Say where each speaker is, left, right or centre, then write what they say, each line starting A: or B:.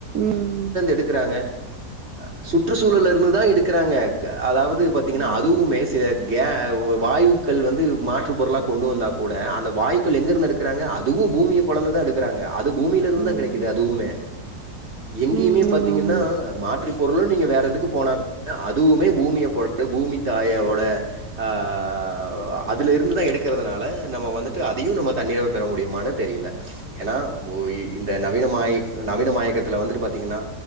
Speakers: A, on the right; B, on the right.
A: ம்
B: எடுக்றாங்க அ சுற்றுச்சூழல்ல
A: ம்
B: இருந்து தா எடுக்றாங்க க அதாவது பாத்தீங்னா
A: ம்
B: அதுவுமே சில கேவ் வாயுக்கள் வந்து மாற்று பொருளா கொண்டு வந்தா கூட அந்த வாய் வுக்கள் எங்கர்ந்து எடுக்றாங்க அதுவு பூமிய பொளந்துதா எடுக்குறாங்க அதுவு பூமியில இருந்து
A: ம்
B: தா கெடைக்குது அதுவுமே எங்கேயுமே
A: ம்
B: பாத்தீங்னா
A: ஆமா ஆமா
B: மா ற்று பொருளு நீங்க வேற எதுக்கு போனா அதுவுமே பூமிய பொளந்து பூமி தாய உட அ அ அ அ அவ் அதுல இருந்துதா எடுக்கறதனால நம்ம வந்துட்டு அதையு நம்ம தண்ணில பெற முடியுமானு தெரியல ஏனா ஒய் இந்த நவீன மாய நவீன மாயக்கத்துல வந்து பாத்தீங்கன்னா